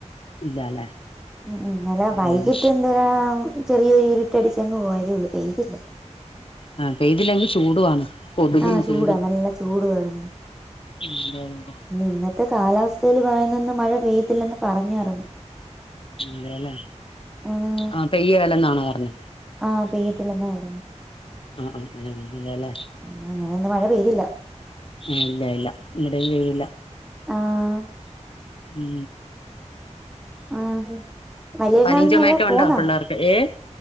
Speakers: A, on the left (about 45°); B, in the centre.
A: ഇല്ലാല്ലേ
B: മ് മ് ഇന്നലെ
A: ആഹ്
B: വൈകിട്ട് <unintelligible> ചെറിയൊരു ഇരുട്ടടിച്ചങ്ങ് പോയതേ ഉള്ള് പെയ്തില്ല.
A: അ പെയ്തില്ലെങ്കി ചൂടുവാണ് കൊതുകും
B: ആഹ് ചൂടാ
A: ചൂടും
B: നല്ല ചൂടും അരെന്ന്
A: ഉം
B: ഇനി ഇന്നത്തെ കാലാവസ്ഥയില് പറയുന്നേന്ന് മഴ പെയ്യത്തില്ലന്ന് പറഞ്ഞാരെന്ന്
A: അതെ അതെ അതെ ആ അതെല്ലേ
B: ആഹാആ
A: ആഹ് പെയ്യേലെന്നാണോ പറഞ്ഞേ
B: അആ പെയ്യത്തില്ലന്നാ പറഞ്ഞെ
A: ആഹ് ആഹ് അതെല്ലേ
B: ആ അങ്ങനെ ഇന്ന് മഴ പെയ്തില്ല
A: ആഹ് ഇല്ല ഇല്ലാ ഇവിടേം പെയ്തില്ല
B: അആ
A: മ്
B: ആഹ് ബും വലിയരുന്നാളിന്
A: പനിയും ചുമയൊക്കെ
B: എവിടെയ പോന്നാ
A: ഉണ്ടോ പിള്ളേർക്ക് ഏഹ്